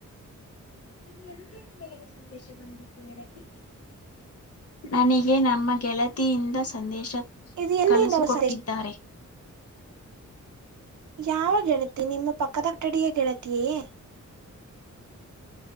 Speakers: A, on the left; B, on the right.
A: ಇದು ಎಲ್ಲಿಂದ ಸಂದೇಶ ಬಂದಿತ್ತು ಗೆಳತಿ. ನನಗೆ ನಮ್ಮ ಗೆಳತಿಯಿಂದ ಸಂದೇಶ
B: ಇದು ಎಲ್ಲಿಂದ
A: ಕಳಿಸಿಕೊಟ್ಟಿದ್ದಾರೆ
B: ಹೊಸ ಯಾವ ಗೆಳತಿ ನಿಮ್ಮ ಪಕ್ಕದ ಕಟ್ಟಡಿಯ ಗೆಳತಿಯೇ.